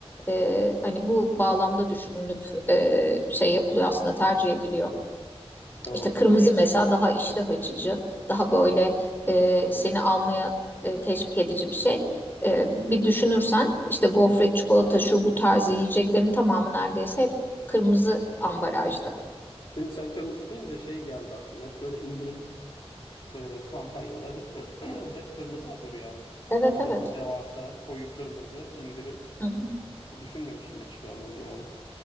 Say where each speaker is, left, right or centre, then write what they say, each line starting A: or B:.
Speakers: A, on the left; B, on the left.
A: e, hani bu bağlamda düşünülüp e, şey yapılıyor aslında tercih ediliyor.
B: doğru
A: İşte kırmızı
B: doğru.
A: mesela daha iştah açıcı, daha böyle e, seni almaya e, teşvik edici bir şey. E, bir düşünürsen işte gofret, çikolata, şu bu tarzı yiyeceklerin tamamı neredeyse hep kırmızı ambalajda.
B: Şimdi sen kırmızı deyince şey geldi aklıma. Hep böyle indirim e, kampanyaları <clears throat> hep kırmızı olur yani.
A: Evet
B: Kocaman
A: evet.
B: devasa koyu kırmızı indirim.
A: Hı hı.
B: E, Düşünmemiştim hiç ben bunu yani.